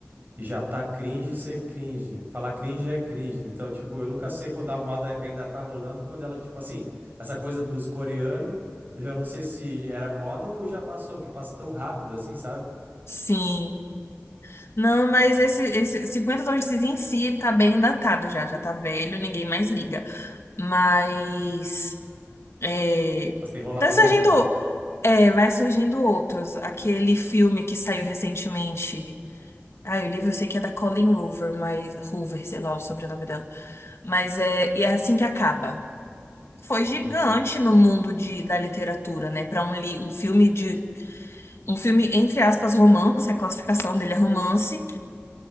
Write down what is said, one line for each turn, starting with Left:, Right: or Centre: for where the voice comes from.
Right: que já tá cringe ser cringe. Falar cringe é cringe. Então, tipo, eu nunca sei quando a moda ainda tá rolando, quando ela, tipo assim, essa coisa dos coreanos, eu já não sei se era moda ou já passou, que passa tão rápido assim, sabe?
Left: Sim. Não, mas esse, esse 50 tons de cinza em si tá bem datado já, já tá velho, ninguém mais liga. Mas é,
Right: Mas tem rolado
Left: tá surgindo,
Right: outros, né?
Left: é, vai surgindo outros. Aquele filme que saiu recentemente. Ah, o livro eu sei que é da Colleen Hoover, mas Hoover, sei lá o sobrenome dela. Mas é, e é assim que acaba. Foi
Right: Hum.
Left: gigante no mundo de, da literatura, né? Para um, li, um filme de um filme entre aspas romance, a classificação dele é romance,